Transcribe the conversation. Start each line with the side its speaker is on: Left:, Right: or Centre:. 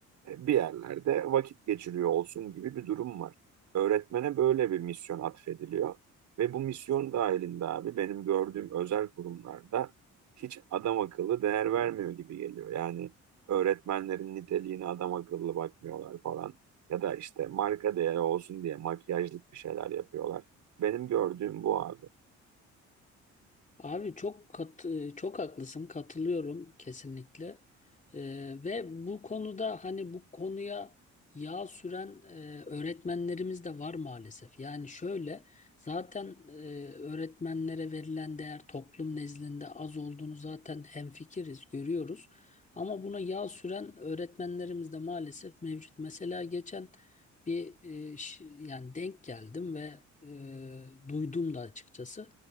Right: e, bir yerlerde vakit geçiriyor olsun gibi bir durum var. Öğretmene böyle bir misyon atfediliyor. Ve bu misyon dahilinde abi benim gördüğüm özel kurumlarda hiç adam akıllı değer vermiyor gibi geliyor. Yani öğretmenlerin niteliğine adam akıllı bakmıyorlar falan. Ya da işte marka değeri olsun diye makyajlık bir şeyler yapıyorlar. Benim gördüğüm bu abi.
Left: Abi çok kat, e, çok haklısın katılıyorum kesinlikle Ee, ve bu konuda hani bu konuya yağ süren e, öğretmenlerimiz de var maalesef. Yani şöyle zaten e, öğretmenlere verilen değer toplum nezdinde az olduğunu zaten hemfikiriz görüyoruz ama buna yağ süren öğretmenlerimiz de maalesef mevcut. Mesela geçen bir e, ş- yani denk geldim ve e, duydum da açıkçası.